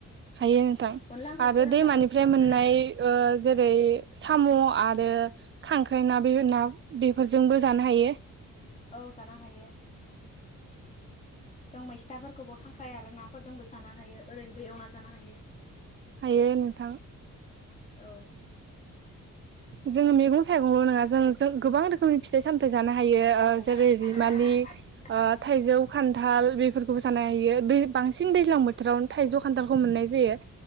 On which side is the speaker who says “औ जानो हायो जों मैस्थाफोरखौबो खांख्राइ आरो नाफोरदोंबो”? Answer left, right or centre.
Left